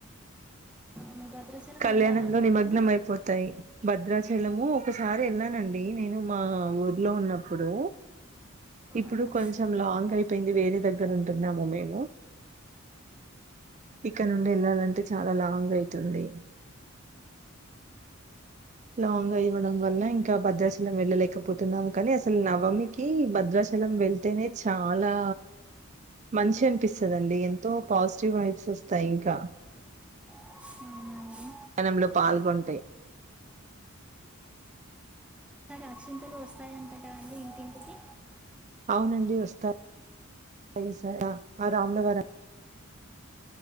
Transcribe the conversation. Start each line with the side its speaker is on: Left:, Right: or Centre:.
Centre: మీరు భద్రాచలం
Right: కళ్యాణంలో
Centre: వెళ్ళారా అండి
Right: నిమగ్నం
Centre: ఎప్పుడైనా
Right: అయిపోతాయి భద్రాచల్ వెలము ఒక్కసారి ఎళ్ళానండి నేను మా ఊర్లో ఉన్నప్పుడు ఇప్పుడు
Centre: ఆహా,
Right: కొంచెం లాంగ్ అయిపోయింది వేరే దగ్గర ఉంటున్నాము మేము ఇక్కడ నుండి ఎళ్ళాలంటే చాలా లాంగ్ అయితుంది. <inaudible> లాంగ్ గా ఇవ్వడం వల్ల ఇంకా భద్రాచలం వెళ్ళలేకపోతున్నాము కానీ అసలు నవమి కి భద్రాచల్ చలం వెళ్తేనే చాలా మంచిగ అనిపిస్తుదండి ఎంతో పాజిటివ్ వైబ్స్ వస్తాయి ఇంకా
Centre: అవునా అండి
Right: జనంలో పాల్గొంటే
Centre: రక్షింతలు వస్తాయంట కదీ ఇంటింటికి
Right: అవునండి వస్తా ఈసారి ఆ రాములవార